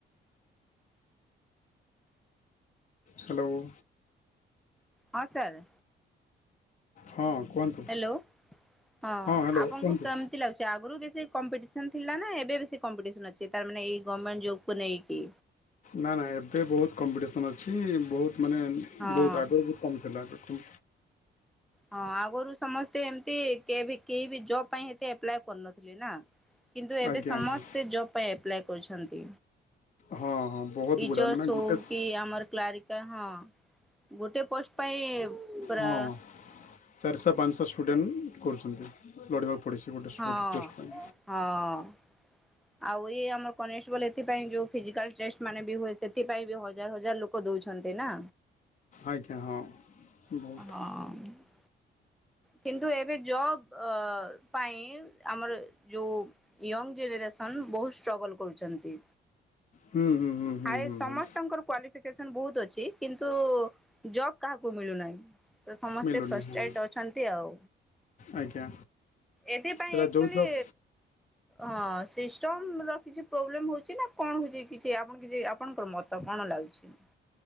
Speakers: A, on the left; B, in the centre.
A: ହ୍ୟାଲୋ।
B: ହଁ ସାର୍।
A: ହଁ କୁହନ୍ତୁ।
B: ହ୍ୟାଲୋ ହଁ
A: ହ୍ୟାଲୋ
B: ଆପଣଙ୍କୁ
A: କୁହନ୍ତୁ
B: କେମତି ତି ଲାଗୁଛି ଆଗରୁ ବେଶୀ କମ୍ପିଟିସନ ଥିଲା ନା ଏବେ ବେଶୀ କମ୍ପିଟିସନ ଅଛି ତା ମାନେ ଏଇ ଗଭର୍ଣ୍ଣମେଣ୍ଟ ଜବକୁ ନେଇକି?
A: ନା ନା ଏବେ ବହୁତ କମ୍ପିଟିସନ୍ ଅଛି ବହୁତ ମାନେ
B: ହଁ।
A: ବହୁତ ଆଗରୁ ବହୁତ କମ୍ ଥିଲା ଲୋକ
B: ହଁ ଆଗରୁ ସମସ୍ତେ ଏମିତି କେ କେହି ବି ଜବ ପାଇଁ ସେତ ଆପ୍ଲାଏ କରୁନଥିଲେ ନା। କିନ୍ତୁ ଏବେ
A: ଆଜ୍ଞା
B: ସମସ୍ତେ
A: ଆଜ୍ଞା
B: ଜବ୍ ପାଇଁ ଆପ୍ଲାଏ କରୁଛନ୍ତି।
A: ହଁ ହଁ ବହୁତ
B: ଟିଚର୍ସ
A: ଗୁଡ଼ାଏ ମାନେ
B: ହଉ
A: ଗୋଟେ
B: କି ଆମର କ୍ଲାରିକା ହଁ। ଗୋଟେ ପୋଷ୍ଟ ପାଇଁ ପ୍ରା
A: ହଁ ଚାରିଶହ ପାଞ୍ଚଶହ ଷ୍ଟୁଡ଼େଣ୍ଟ କରୁଛନ୍ତି ଲଢ଼ିବାକୁ ପଡ଼ିଛି ଗୋଟେ
B: ହଁ
A: ଗୋଟେ ପୋଷ୍ଟ ପାଇଁ।
B: ହଁ। ଆଉ ଇ ଆମର କନଷ୍ଟ ବଲ ଏଥିାଇଁ ଯୋଉ ଫିଜିକାଲ ଟେଷ୍ଟ ମାନେ ବି ହୁଏ ସେଥିପାଇଁ ବି ହଜାର ହଜାର ଲୋକ ଦୋଉଛନ୍ତି ନା?
A: ଆଜ୍ଞା ହଁ। ବହୁତ
B: ହଁ। କିନ୍ତୁ ଏବେ ଜବ ପାଇଁ ଆମର ଯୋଉ ୟଙ୍ଗ ଜେନେରେସନ୍ ବହୁତ ଷ୍ଟ୍ରଗଲ କରୁଛନ୍ତି।
A: ହୁଁ ହୁଁ ହୁଁ ହୁଁ
B: ହାଇ
A: ହୁଁ
B: ସମସ୍ତଙ୍କର
A: ହୁଁ
B: କ୍ଵା ପିକେଶନ ବହୁତ୍ ଅଛି। କିନ୍ତୁ ଜବ କାହାକୁ ମିଳୁ ନାଇଁ ତ ସମସ୍ତେ
A: ମିଳୁନି
B: ଫ୍ରଷ୍ଟେଟ
A: ହୁଁ
B: ଅ ଅଛନ୍ତି ଆଉ
A: ଆଜ୍ଞା
B: ଏଥିପାଇଁ
A: ସେଟା
B: ଆଚୁଆଲି
A: ଯେଉଁ ଜବ୍
B: ହଁ ସିଷ୍ଟମ ର କିଛି ପ୍ରୋବ୍ଲେମ ହୋଉଛି ନା କଣ ହୋଉଛି କିଛି ଆପଣ କିଛି ଆପଣଙ୍କର ମତ ତ କଣ ଲାଗୁଛି?